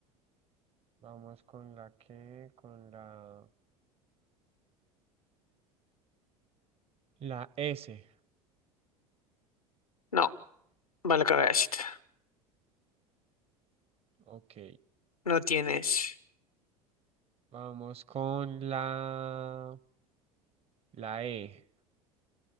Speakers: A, on the right; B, on the left.
A: Vamos con la que Con la... La S.
B: No, va la cabecita.
A: Ok.
B: No tienes.
A: Vamos con la... La E.